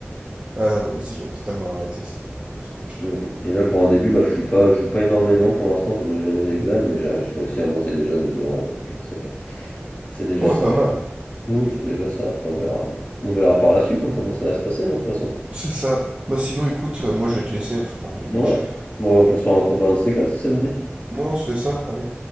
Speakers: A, on the right; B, on the left.
A: Ah non, moi aussi, j'avais totalement arrêté. Ça m'avait un peu saoulé, je t'avoue.
B: Mm. mm. Et là pour un début bah je suis pas je joue pas énormément pour l'instant comme j'ai mes examens mais j'ai j'ai réussi à monter déjà de deux rangs donc euh, c'est c'est déjà
A: Ouais,
B: ça.
A: pas mal.
B: Oui c'est déjà ça après on verra on verra par la suite hein, comment ça va se passer hein, de toute façon.
A: C'est ça. Bah, sinon, écoute, euh, moi, je vais te laisser. Va falloir que j'aille manger.
B: Ouais. Bon, on peut se faire un combat un de ces quatre si ça te dit.
A: Moi, on se fait ça. Allez.